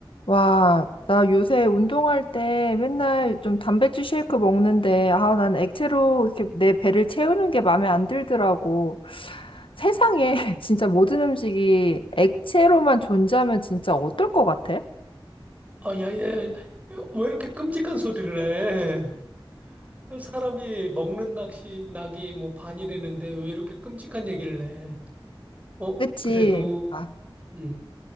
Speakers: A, on the left (about 75°); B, on the right (about 15°).
A: 와, 나 요새 운동할 때 맨날 좀 단백질 쉐이크 먹는데, 아, 난 액체로 이렇게 내 배를 채우는 게 마음에 안 들더라고. 세상에 <laughs> 진짜 모든 음식이 액체로만 존재하면 진짜 어떨 것 같아?
B: 아, 야, 야, 야. 왜 이렇게 끔찍한 소리를 해? 사람이 먹는 낚시, 낙이 뭐 반이라는데 왜 이렇게 끔찍한 얘기를 해? 어,
A: 그치?
B: 그래도,
A: 아,
B: 음,